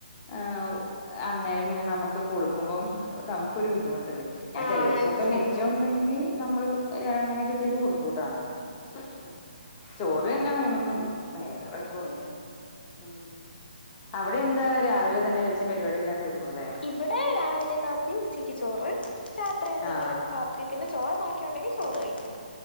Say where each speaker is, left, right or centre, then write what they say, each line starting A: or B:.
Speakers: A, on the left; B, on the left.
A: ആഹ് അന്നേരം പിന്നെ നമ്മക്ക് കൊടുക്കുമ്പം നമുക്കൊരു ബുദ്ധിമുട്ടല്ലേ ഞാൻ
B: ആഹ്
A: ചെലോസൊക്കെ
B: മനസ്സിലായി
A: മിച്ചോണ്ടെങ്കി
B: മനസ്സിലായി
A: നമ്മള് അങ്ങനെയൊക്കെ ചെയ്ത് കൊടുക്കൂട്ടാ ഉം ചോറെന്നെ വേണംന്നൊള്ളു വേറെ കൊഴ
B: ഉം
A: ഉം അവിടെ എന്താ രാവിലെ തന്നെ വെച്ച് പരിപാടിയെല്ലാം തീർന്നുല്ലേ
B: ഇവടെ രാവിലെ കാപ്പി, ഉച്ചയ്ക്ക് ചോറ്, രാത്രി എന്തെങ്കിലും
A: ആഹ്
B: ക പ്പി പിന്നെ ചോറ് ബാക്കിയുണ്ടെങ്കി ചോറ് കഴിക്കും